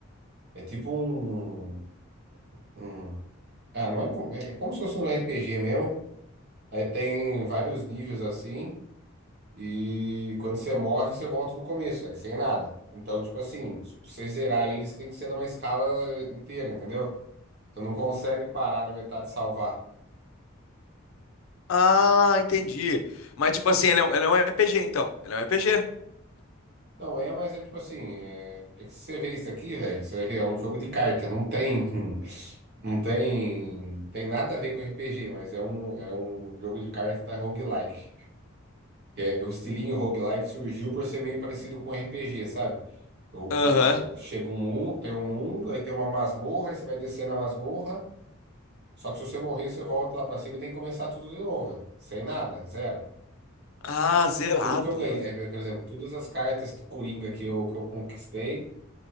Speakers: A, on the right (about 55°); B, on the left (about 75°).
A: É tipo um, um- Ah, não é como... é como se fosse um RPG mesmo. Aí tem vários níveis assim. E quando você morre, você volta do começo, velho, sem nada. Então, tipo assim, se você zerar ele, você tem que ser numa escala inteira, entendeu? Você não consegue parar na metade e salvar.
B: Ah, entendi. Mas tipo assim, ele é, um- ele é um RPG, então. Ele é um RPG.
A: Não é, mas é tipo assim, é, é que se você vê isso aqui, velho, você vai ver, é um jogo de carta, não tem, <laughs> não tem, tem nada a ver com RPG, mas é um, é um jogo de carta roguelike. Que é, o estilinho roguelike surgiu por ser meio parecido com RPG, sabe? O,
B: Aham.
A: o, o- chega um mundo, tem um mundo, aí tem uma masmorra, aí você vai descer na masmorra. Só que se você morrer, você volta lá pra cima e tem que começar tudo de novo, velho. Sem nada, zero.
B: Ah, zerado,
A: Tudo que eu ganhei,
B: mano.
A: é, é, por exemplo, todas as cartas do Coringa que eu, que eu conquistei,